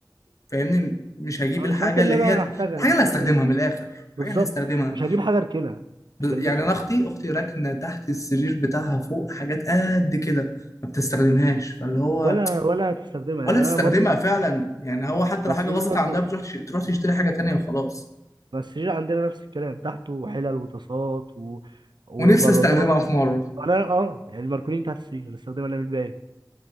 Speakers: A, on the left (about 45°); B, on the right (about 75°).
A: فاهمني مش هجيب
B: اه
A: الحاجة
B: الحاجات اللي
A: اللي
B: انا
A: هي
B: هحتاجها
A: الحاجة
B: الاساسيه
A: اللي هستخدمها من الآخر الحاجة
B: بالظبط
A: اللي هستخدمها
B: مش هجيب حاجه اركنها
A: ب-
B: تكلفني
A: يعني أنا أختي أختي راكنة تحت السرير بتاعها فوق حاجات قد كده ما بتستخدمهاش فاللي هو
B: ولا ولا هتستخدمها
A: ولا
B: يعني
A: تستخدمها
B: انا برضه نفس
A: فعلا يعني هو حتى
B: بس
A: لو حاجة
B: ليه
A: باظت
B: برضه
A: عندها بتروح تش- تروح تشتري حاجة تانية وخلاص
B: بس السرير عندنا نفس الكلام تحته حلل وطاسات و... وبرادات
A: ونفسي استخدمها في مرة
B: انا اه يعني ماركولين تحت السرير بنستخدمها نعمل بيها ايه